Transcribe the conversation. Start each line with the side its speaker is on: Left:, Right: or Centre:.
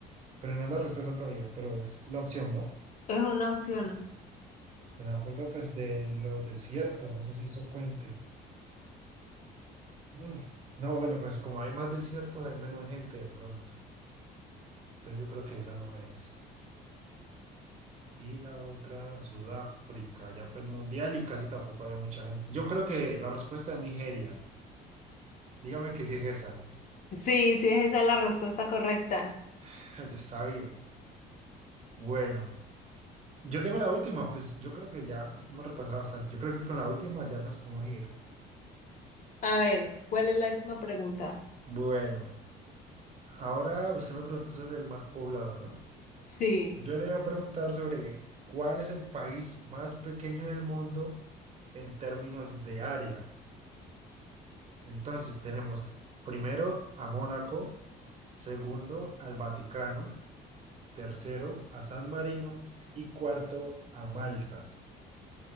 Right: pero no la respuesta todavía, pero es la opción, ¿no?
Left: Es una opción.
Right: Me acuerdo pues de los desiertos, no sé si eso cuente. Mm, No, bueno, pues como hay más desiertos, hay menos gente de pronto. Entonces yo creo que esa no es. Y la otra, Sudáfrica, ya fue el mundial y casi tampoco había mucha gente. Yo creo que la respuesta es Nigeria. Dígame que sí es esa.
Left: Sí, sí, esa es la respuesta correcta.
Right: <laughs> Yo sabía. Bueno, yo tengo la última, pues yo creo que ya hemos repasado bastante. Yo creo que con la última ya nos podemos ir.
Left: A ver, ¿cuál es la última pregunta?
Right: Bueno. Ahora usted me preguntó sobre el más poblado, ¿no?
Left: Sí.
Right: Yo le voy a preguntar sobre cuál es el país más pequeño del mundo en términos de área. Entonces tenemos primero a Mónaco, segundo al Vaticano, tercero a San Marino y cuarto a Malta.